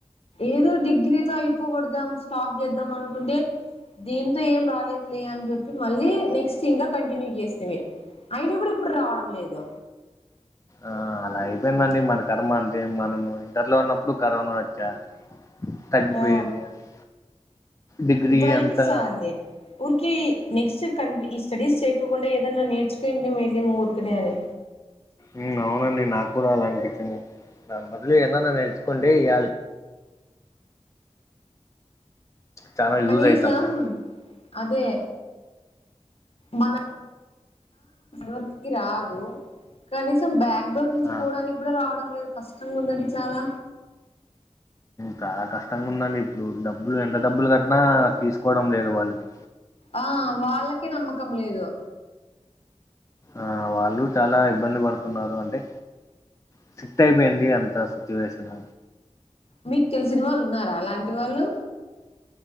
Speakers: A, on the left; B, on the left.
A: ఏదో డిగ్రీతో అయిపోకోడదాం స్టాప్ చేద్దాం అనుకుంటే దీంతో ఏం రాలేదు లే అని చెప్పి మళ్ళీ నెక్స్ట్ ఇంకా కంటిన్యూ చేస్తిమీ అయినా కూడా ఇప్పుడు రావడం లేదు
B: ఆ అలా అయిపోయిందండి మన కర్మ అంతే మనం ఇంటర్లో ఉన్నప్పుడు కరోనా వచ్చా తగ్గిపోయింది
A: ఆ
B: అది డిగ్రీ
A: ఇప్పుడు అనిపిస్తాంది
B: అంతా
A: ఊరికి నెక్స్ట్ కంటీ ఈ స్టడీస్ చేయకోకుండా ఏదన్నా నేర్చుకుంటే ఊరికనే అని
B: ఉమ్ అవునండి నాకు కూడా అలా అనిపించింది దాని బదులు ఎందన్న నేర్చుకోంటీ ఇయల చాలా యూజ్
A: కనీసం
B: అయితాంది
A: అదే మన వర్క్ రాదు కనీసం బ్యాక్డోర్ నుంచి
B: ఆ
A: పోడానికి కూడా రావడం లేదు కష్టంగా ఉందండి చాలా
B: చాలా కష్టంగా ఉందండి ఇప్పుడు డబ్బులు ఎంత డబ్బులు కట్టినా తీసుకోవడం లేదు వాళ్ళకి
A: ఆ వాళ్ళకే నమ్మకం లేదు
B: ఆ వాళ్ళు చాలా ఇబ్బంది పడుతున్నారు అంటే స్ట్రిక్ట్ అయిపోయింది అంత సిచ్యువేషన్
A: మీకు తెలిసిన వాళ్ళు ఉన్నారా అలాంటి వాళ్ళు